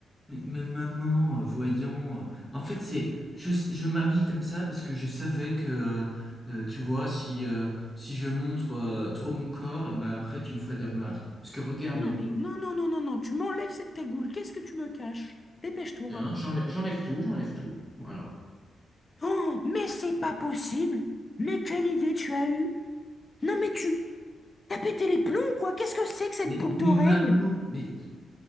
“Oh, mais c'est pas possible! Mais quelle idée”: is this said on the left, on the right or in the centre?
Left